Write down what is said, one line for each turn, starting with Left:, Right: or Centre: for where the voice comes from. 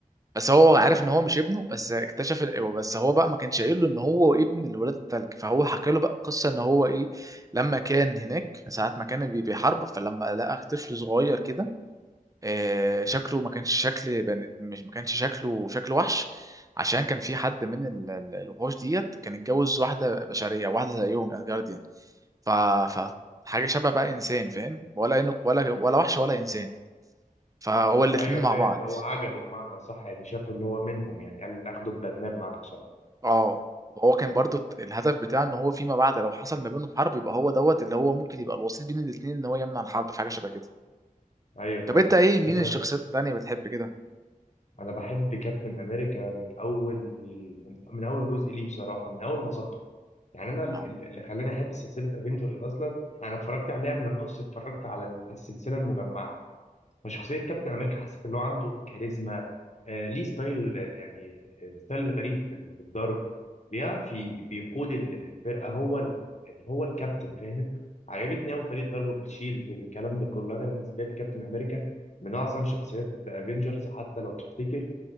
Right: بس هو عارف ان هو مش ابنه بس اكتشف ال- بس هو بقى ما كانش قايل له ان هو ابن الولاد التلج فهو حكى له بقى قصه ان هو ايه لما كان هناك ساعه ما كان بي- بيحارب فلما لقى طفل صغير كده آه، شكله ما كانش شكل بني- مش ما كانش شكله شكل وحش عشان كان في حد من ال- ال- الوحوش ديت كان اتجوز واحده بشريه واحده زيهم الجارديان ف ف حاجه شبه بقى انسان فاهم ولا انه ولا ولا وحش ولا انسان فهو الاتنين
Left: ايوه
Right: مع
Left: فاهم
Right: بعض
Left: فهو عجبه بمعنى صح يعني شافه اللي هو منهم يعني قال اخده اتبناه بمعنى صح
Right: اه وهو كان برضو الت- الهدف بتاعه ان هو فيما بعد لو حصل ما بينهم حرب يبقى هو دوت اللي هو ممكن يبقى الوسيط بين الاثنين ان هو يمنع الحرب في حاجه شبه كده
Left: ايوه
Right: طب
Left: فاكر
Right: انت ايه
Left: افتكرت
Right: مين الشخصيات التانيه بتحب كده
Left: انا بحب كابتن امريكا من اول من, من اول جزء ليه بصراحه من اول ما ظهر يعني انا ال-
Right: اه
Left: ال- اللي خلاني احب سلسله افنجرز اصلا انا اتفرجت عليها من النص اتفرجت على ال- السلسله المجمعه فشخصيه كابتن امريكا حسيت ان هو عنده كاريزما آه ليه ستايل آه، يعني آه، ستايل غريب في ال- في الضرب بيعرف ي- بيقود ال- الفرقه هو ال... يعني هو الكابتن فاهم عجبتني قوي طريقه ضربه بالشيلد بالكلام ده كله انا بالنسبه لي كابتن امريكا من اعظم شخصيات افنجرز حتى لو تفتكر